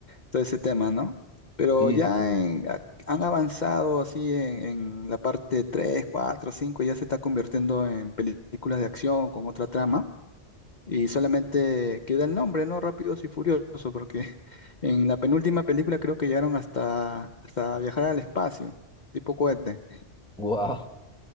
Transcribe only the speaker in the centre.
Sí,
sí.
Wow.